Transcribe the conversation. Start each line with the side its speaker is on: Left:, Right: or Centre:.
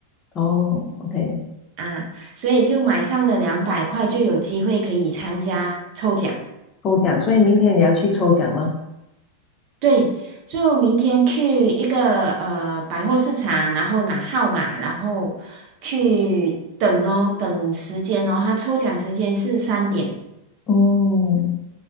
Left: 哦，OK，
Right: 啊，所以就买上了两百块，就有机会可以参加抽奖。
Left: 抽奖。所以明天你要去抽奖吗？
Right: 对，就明天去一个呃百货市场，然后拿号码，然后去等哦，等时间哦，他抽奖时间是三点。
Left: 嗯